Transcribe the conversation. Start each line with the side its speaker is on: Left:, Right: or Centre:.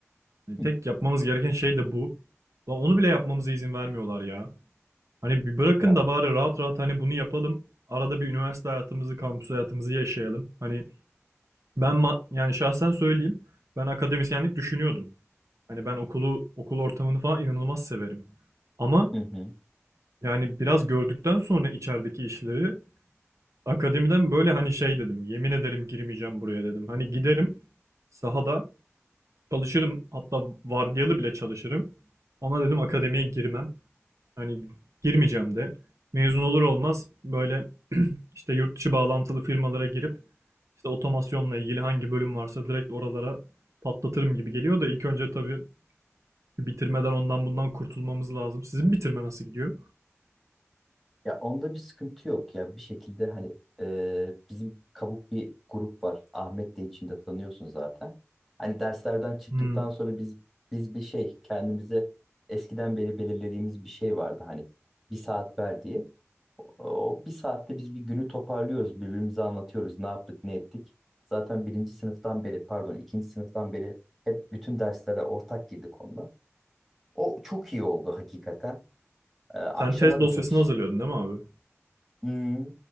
Right: Yani
Centre: Hı.
Right: tek yapmamız gereken şey de bu. Lan onu bile yapmamıza izin vermiyorlar ya. Hani bir bırakın
Centre: Ya
Right: da bari rahat rahat hani bunu yapalım. Arada bir üniversite hayatımızı, kampüs hayatımızı yaşayalım. Hani ben ma- yani şahsen söyleyeyim. Ben akademisyenlik düşünüyordum. Hani ben okulu, okul ortamını falan inanılmaz severim. Ama
Centre: hı hı.
Right: yani biraz gördükten sonra içerideki işleri Akademiden böyle hani şey dedim. Yemin ederim girmeyeceğim buraya dedim. Hani giderim sahada çalışırım. Hatta vardiyalı bile çalışırım. Ama dedim akademiye girmem. Hani girmeyeceğim de. Mezun olur olmaz böyle işte yurt dışı bağlantılı firmalara girip işte otomasyonla ilgili hangi bölüm varsa direkt oralara patlatırım gibi geliyor da ilk önce tabii bitirmeden ondan bundan kurtulmamız lazım. Sizin bitirme nasıl gidiyor?
Centre: Ya onda bir sıkıntı yok ya bir şekilde hani e, bizim kabuk bir grup var. Ahmet de içinde tanıyorsun zaten. Hani derslerden çıktıktan
Right: Hmm.
Centre: sonra biz biz bir şey kendimize eskiden beri belirlediğimiz bir şey vardı hani bir saat ver diye. O bir saatte biz bir günü toparlıyoruz, birbirimize anlatıyoruz ne yaptık, ne ettik. Zaten birinci sınıftan beri, pardon ikinci sınıftan beri hep bütün derslere ortak girdik onunla. O çok iyi oldu hakikaten. Ee, akşama
Right: Sen tez dosyasını
Centre: da çok iş.
Right: hazırlıyordun değil mi abi?
Centre: Hmm.